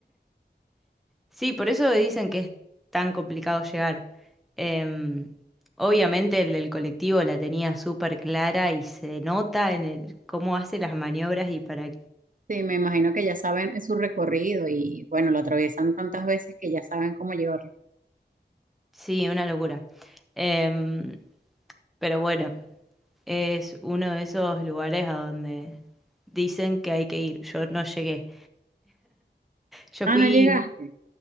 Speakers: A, in the centre; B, on the right.
A: sí, por eso dicen que es tan complicado llegar. Em, obviamente el del colectivo la tenía súper clara y se nota en el- cómo hace las maniobras y para
B: Sí, me imagino que ya saben su recorrido y bueno, lo atraviesan tantas veces que ya saben cómo llevarlo.
A: Sí, una locura. Em, pero bueno, es uno de esos lugares a donde dicen que hay que ir. Yo no llegué. Yo
B: Ah,
A: fui...
B: no llegaste.